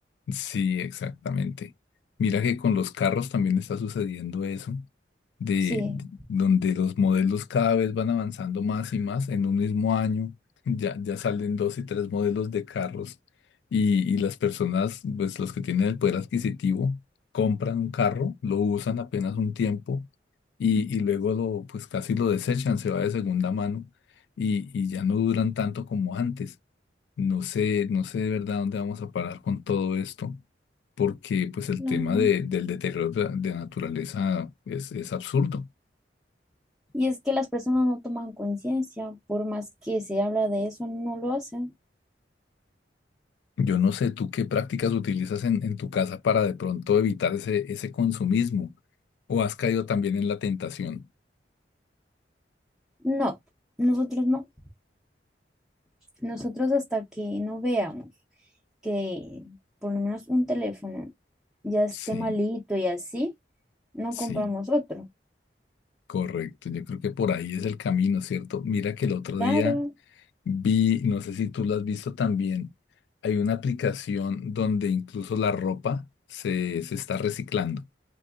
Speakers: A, on the left; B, in the centre.
A: Sí, exactamente. Mira que con los carros también está sucediendo eso. de
B: Sí.
A: donde los modelos cada vez van avanzando más y más en un mismo año. Ya, ya salen dos y tres modelos de carros y, y las personas, pues los que tienen el poder adquisitivo, compran un carro, lo usan apenas un tiempo y, y luego lo, pues casi lo desechan, se va de segunda mano y, y ya no duran tanto como antes. No sé, no sé de verdad dónde vamos a parar con todo esto, porque pues el
B: claro.
A: tema de- del deterioro de, la de la naturaleza es, es absurdo.
B: Y es que las personas no toman conciencia, por más que se habla de eso, no lo hacen.
A: Yo no sé tú qué prácticas utilizas en, en tu casa para de pronto evitar ese, ese consumismo, o has caído también en la tentación.
B: No, nosotros no. Nosotros hasta que no veamos. que por lo menos un teléfono ya esté
A: Sí,
B: malito y así, no
A: sí,
B: compramos otro.
A: correcto. Yo creo que por ahí es el camino, ¿cierto? Mira que el otro
B: Claro.
A: día vi, no sé si tú lo has visto también, hay una aplicación donde incluso la ropa se, se está reciclando.